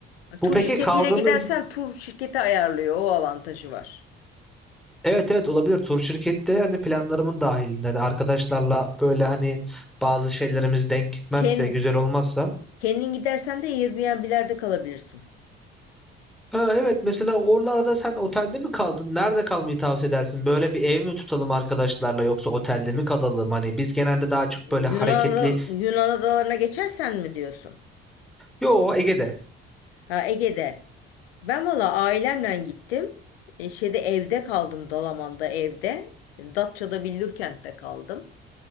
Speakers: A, in the centre; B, on the left.
A: Bu
B: Tur
A: peki
B: şirketiyle
A: kaldığımız
B: gidersen tur şirketi ayarlıyor. O avantajı var.
A: evet evet olabilir tur şirkette hani planlarımın dahilinde hani arkadaşlarla böyle hani bazı şeylerimiz denk gitmezse
B: Ken-
A: güzel olmazsa.
B: kendin gidersen de Airbnb'lerde kalabilirsin.
A: Ha, evet mesela oralarda sen otelde mi kaldın? Nerede kalmayı tavsiye edersin? Böyle bir ev mi tutalım arkadaşlarla yoksa otelde mi kalalım? Hani biz genelde daha çok
B: Yunan,
A: böyle hareketli.
B: Yunan adalarına geçersen mi diyorsun?
A: Yo Ege'de.
B: Ha Ege'de. Ben valla ailemle gittim. E, şeyde evde kaldım Dalaman'da evde. Datça'da Billurkent'te kaldım.